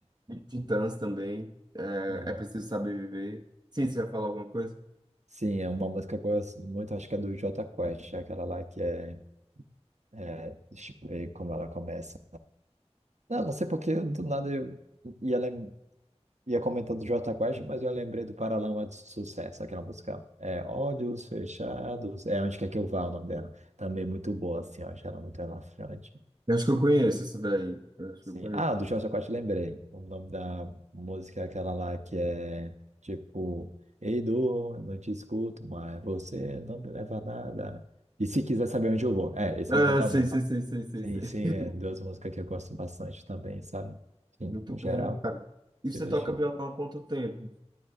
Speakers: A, on the right (about 35°); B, on the right (about 85°).
A: de Titãs também. É,
B: Ah.
A: é Preciso Saber Viver. Sim, você ia falar alguma coisa?
B: Sim, é uma música que eu gosto muito, acho que é do J Quest, é aquela lá que é, é. Deixa eu ver como ela começa. Não, não sei porque do nada eu ia, lem... ia comentar do Jota Quest, mas eu lembrei do Paralamas de Sucesso, aquela música. É Olhos Fechados. É Onde Quer Que Eu Vá, o nome dela. Também muito boa, assim, ó. Achei ela muito relaxante.
A: Eu acho que eu conheço isso daí. Eu acho
B: Sim.
A: que eu conheço.
B: Ah, do Jota Quest lembrei. O nome da música é aquela lá que é tipo. Ei, dor, eu não te escuto, mas você não me leva a nada. E se quiser saber onde eu vou. É, esse
A: Ah,
B: é o nome da
A: sei,
B: música.
A: sei, sei, sei, sei,
B: Sim,
A: sei.
B: sim,
A: <laughs>
B: é duas músicas que eu gosto bastante também, sabe? Sim,
A: Muito
B: no
A: bom.
B: geral.
A: E
B: de
A: você
B: mexer.
A: toca violão há quanto tempo?